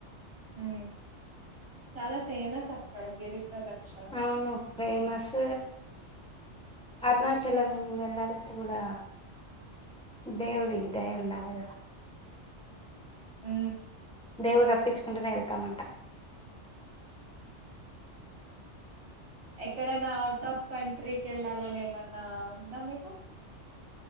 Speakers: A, on the right (about 55°); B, in the centre.
A: ఊ చాలా ఫేమస్ అక్కడ గిరి ప్రదిక్షిణ
B: అవును ఫేమస్ అరుణాచలం వెళ్ళాలంటే కూడా దేవురు ఇ <unintelligible>
A: హ
B: దేవుడు రప్పించుకుంటేనే వెళ్తామంట
A: ఎక్కడనా ఔట్ ఆఫ్ కంట్రీ వెళ్ళాలని ఏమన్నా ఉందా మీకు